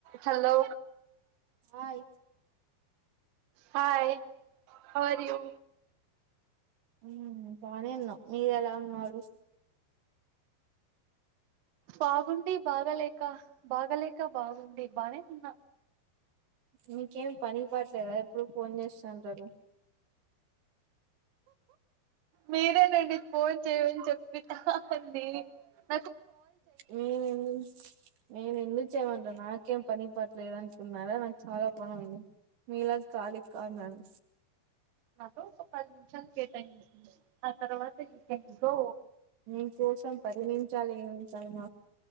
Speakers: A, on the right; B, on the right.
A: Hello
B: hi
A: hi how are you
B: హుమ్ బానే ఉన్నామ్ మీరు ఎలా ఉన్నారు
A: బాగుండి బాగాలేక బాగలేక బాగుండి బానె ఉన్న
B: మీకేం పని పాట్ లేదా ఎప్పుడు ఫోన్ చేస్తాంటారు
A: మీరే నండి ఫోన్ చేయమని చెప్పింది <unintelligible>
B: నేన్ ఎందు నేన్ ఎందుకు చేమంట నాక్ కేం పని పట్లేదు అనుకున్నారా నాకు చాలా పని ఉంది మీలా కాద్ ఇక్క కా న్నాన్
A: నాతో ఒక పది నిమిషాలు కేటాయింది ఆ తర్వాత ఇంకా ఇంకో
B: నేన్ కోసం పది నిమిషాలు ఏం కర్మ